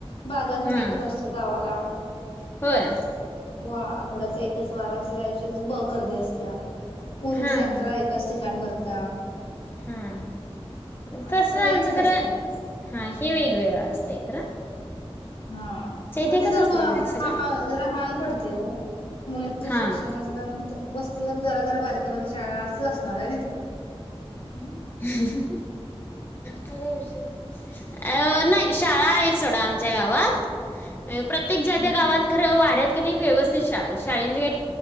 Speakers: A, on the left; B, on the left.
A: बाजार पण
B: हां
A: एकच असतोय गावाला.
B: होय
A: वा आठवड्याचा एकच वार असतोय, त्या दिवशीच ब गर्दी असत्या ऊरुस
B: हां
A: यात्रा येत. त्याच ठिकाणी भरत्या.
B: हा
A: असं
B: तसं
A: सगळं
B: आमचं
A: एकच असते
B: खरं हा हे वेगवेगळं असतय खरं.
A: हा
B: च्या इथं
A: म
B: एकच
A: ते जर
B: असतंय
A: हा
B: का गं सगळं?
A: जरा हाल पडतंय ओ मुलांच्या
B: हां
A: शिक्षणाच <unintelligible> वस्तीवर जरा, जरा बारक्या बारक्या शाळा असचं असणार आहे ना तिकडं.
B: <unintelligible> मग काय विषय. अं नाही शाळा आहे सोडा आमच्या गावात. अ प्रत्येक ज्या
A: हा
B: त्या गावात खरं वाड्यात कने व्यवस्थित शाळा हाय, शाळेचें काय